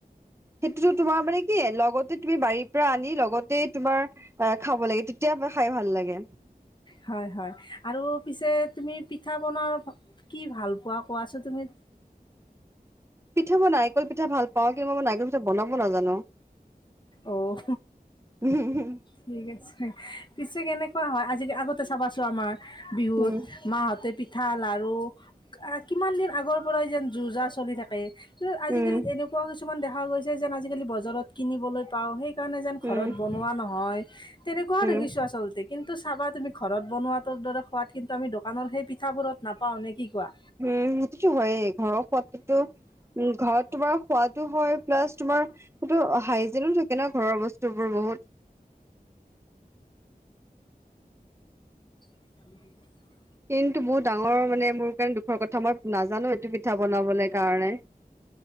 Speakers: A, on the right; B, on the left.
A: সেইটোতো তোমাৰ মানে কি লগত। তুমি বাৰীৰ পৰা আনি লগতে তোমাৰ খাব লাগে তেতিয়া খাই ভাল লাগে।
B: হয়, হয়, আৰু পিছে। তুমি পিঠা পনা কি ভাল পোৱা কোৱাচোন তুমি।
A: পিঠা মই নাৰিকল পিঠা ভাল পাওঁ। কিন্তু, মই নাৰিকল পিঠা বনাব নাজানো।
B: অ'
A: উম
B: ঠিক আছে, পিছে কেনেকুৱা হয় আজি আগতে চাবাচোন। আমাৰ বিহুত
A: উম
B: মাহঁতে পিঠা লাৰু কিমান দিন আগৰ পৰাই যেন যোৰ যাৰ চলি থাকে। আজিকালি
A: উম
B: এনেকুৱাও কিছুমান দেখা গৈছে যেন আজিকালি বজাৰত কিনিবলৈ পাওঁ সেই। সেই কাৰণে যেন
A: উম
B: ঘৰত
A: উম
B: বনোৱা নহয়। তেনেকুৱাও দেখিছো।
A: উম
B: আচলতে কিন্তু চাবা তুমি ঘৰত বনোৱা। টো দৰে সোৱাদ কিন্তু আমি দোকানৰ সেই পিঠাবোৰত নাপাওঁ নেক কি। কোৱা?
A: উম, সেইটো হয় ঘৰ সোৱাদটো। উম, ঘৰত তোমাৰ সোৱাদো হয় প্লাছ তোমাৰ সেইটো। হাইজিনো থাকে ন ঘৰৰ বস্তুবোৰ বহুত
B: <unintelligible>
A: কিন্তু বহুত ডাঙৰ মানে মোৰ কাৰণে দোষৰ কথা। মই নাজানো এইটো পিঠা বনাবলে কাৰণে।